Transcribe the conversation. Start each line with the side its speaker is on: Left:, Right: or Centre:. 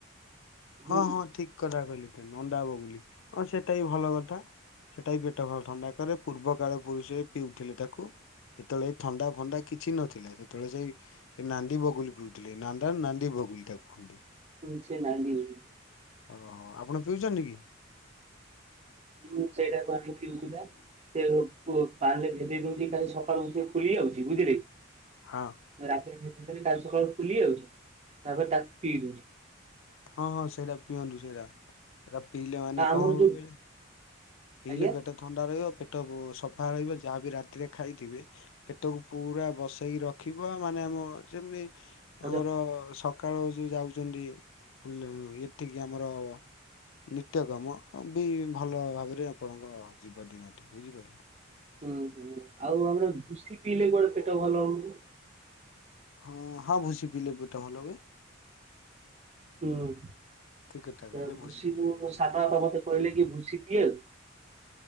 Right: ହୁଁ
Left: ହଁ-ହଁ- ଠିକ୍ କଥା କହିଲେ ତ ନଣ୍ଡା ବଗୁଲି ହଁ ସେଟା ବି ଭଲ କଥା। ସେଇଟା ବି ପେଟ ଭଲ ଥଣ୍ଡା କରେ ପୂର୍ବ କାଳ ପୁରୁଷରେ ପିଉଥିଲେ ତାକୁ ଯେତେବେଳେ ଏଇ ଥଣ୍ଡା ଫଣ୍ଡା କିଛି ନଥିଲା ସେତେବେଳେ ସେଇ ସେ ନାଣ୍ଡି ବଗୁଲି ପିଉଥିଲେ ନାଣ୍ଡାର ନାନ୍ଦ ବଗୁଲି ତାକୁୁହନ୍ତି।
Right: ହୁଁ ସେ ନାଡି ହୁଁ।
Left: ଓହୋ ଆପଣ ପିଉଚନ୍ତି କି?
Right: ହୁଁ ସେଇଟାକୁ ଆଣି ଫିଉଚିବା। ସେ ପାଣି ରେ ଭେଦେଇ ଦଉଚି କାଲି ସକାଳୁଠି ଫୁଲି ଯାଉଚି ବୁଝିଲେ।
Left: ହଁ।
Right: ମୁଁ ରାତିରେ ଭେଦେ ଦେଲେ କାଲି ସକାଳୁ ଫୁଲି ଯାଉଛି ତାପରେ ତାକୁ ଫିଉଛି।
Left: ହଁ-ହଁ- ସେଇଟା ପିଅନ୍ତୁ ସେଇଟା ସେଟା ପିଇଲେ ମାନେ
Right: ଆମର
Left: କଣ ହବ
Right: ଯୋଉ
Left: କହିଲେ? ପିଇଲେ
Right: ଆଜ୍ଞା
Left: ପେଟ ଥଣ୍ଡା ରହିବ ପେଟ ସଫା ରହିବ ଯାହାବି ରାତିରେ ଖାଇଥିବେ। ପେଟକୁ ପୁରା ବସେଇକି ରଖିବ ମାନେ ଆମ ଯେମିତି
Right: ଅଜ
Left: ଆମର ସ ସକାଳୁ ଯୋଉ ଯାଉଛନ୍ତି ପୁଲେ ଏତିକି ଆମର। ନିତ୍ୟ କାମ ବି ଭଲ ଭାବରେ ଆପଣଙ୍କ ଯିବ ଦିନଟି ବୁଝିପାରିଲେ।
Right: ହୁଁ ହୁଁ ଆଉ ଆମର ଭୁଶି ପିଇଲେ କୁଆଡେ ପେଟ ଭଲ ହଉଚି।
Left: ହଁ ହଁ ଭୁଶି ପିଇଲେ ପେଟ ଭଲହୁଏ।
Right: ହୁଁ
Left: ଠିକ କଥା କହିଲେ
Right: ଭୁସି
Left: ପିଇଲେ
Right: କୁ
Left: ବି ଭଲ
Right: ସାଧା <unintelligible> କହିଲେ କି ଭୁସି ପିବାକୁ।